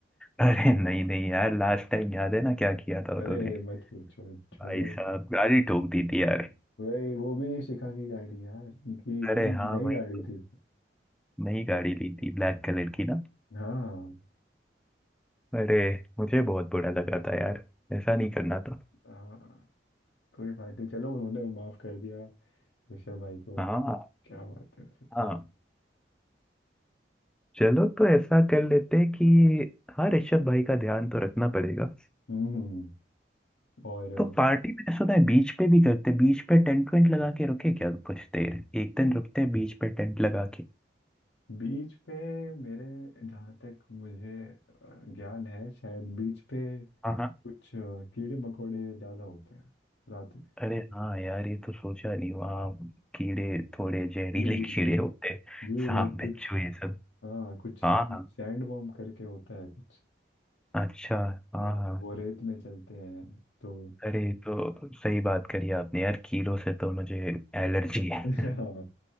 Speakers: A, in the centre; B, on the left.
A: अरे नहीं नहीं यार लास्ट टाइम याद है ना क्या किया था उन्होंने
B: अरे मत पूछो छोड़ो
A: भाई साहब गाड़ी ठोक दी थी यार
B: वही वो भी शिखा की गाड़ी यार उनकी नई
A: अरे हाँ
B: नई
A: वही
B: गाड़ी
A: तो
B: थी वो।
A: नई गाड़ी ली थी ब्लैक कलर की ना
B: हाँ
A: अरे मुझे बहुत बुरा लगा था यार ऐसा नहीं करना था
B: हाँ कोई बात नहीं चलो उन्होंने माफ कर दिया ऋषभ भाई को
A: हाँ
B: क्या बात है फिर
A: हाँ चलो तो ऐसा कर लेते हैं कि हाँ ऋषभ भाई का ध्यान तो रखना पड़ेगा
B: हम्म हम्म, और अ,
A: तो पार्टी मैंने सुना है बीच पे भी करते बीच पे टेंट वेंट लगा के रुके क्या कुछ देर एक दिन रुकते हैं बीच पे टेंट लगा के
B: बीच पे मेरे जहाँ तक मुझे अ, ज्ञान है शायद बीच पे
A: हाँ हाँ
B: कुछ अ, कीड़े मकोड़े ज्यादा होते हैं रात में
A: अरे हाँ यार ये तो सोचा नहीं वहाँ कीड़े थोड़े जहरीले
B: जी जी
A: कीड़े
B: जी
A: होते हैं
B: जी
A: सांप
B: वो कुछ
A: बिच्छू ये सब
B: हाँ कुछ सैंड
A: हाँ हाँ
B: सैंड वॉर्म करके होता है कुछ
A: अच्छा हाँ
B: हाँ
A: हाँ
B: वो रेत में चलते हैं तो
A: अरे ये तो सही बात करी आपने यार कीड़ों से तो मुझे एलर्जी
B: <laughs>
A: है <laughs>
B: हाँ